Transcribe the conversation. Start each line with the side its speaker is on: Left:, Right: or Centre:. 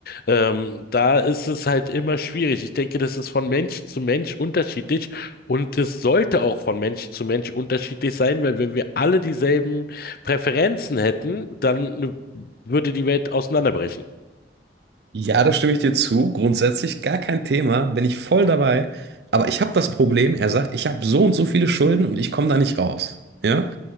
Left: Ähm, da ist es halt immer schwierig. Ich denke, das ist von Mensch zu Mensch unterschiedlich und das sollte auch von Mensch zu Mensch unterschiedlich sein, weil wenn wir alle dieselben Präferenzen hätten, dann würde die Welt auseinanderbrechen.
Right: Ja, da stimme ich dir zu. Grundsätzlich gar kein Thema, bin ich voll dabei. Aber ich habe das Problem, er sagt, ich habe so und so viele Schulden und ich komme da nicht raus. Ja?